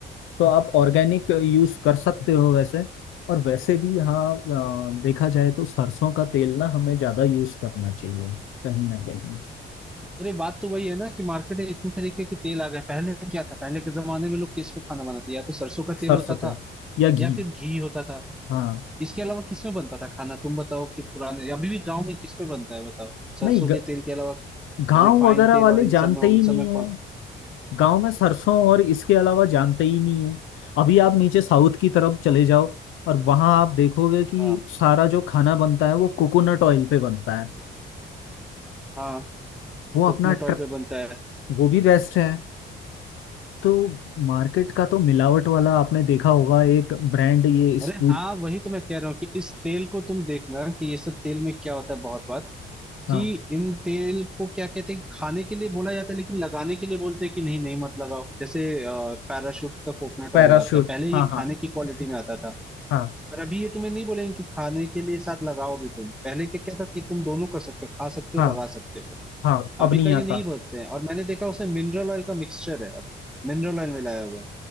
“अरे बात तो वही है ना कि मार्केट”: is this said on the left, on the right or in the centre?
Centre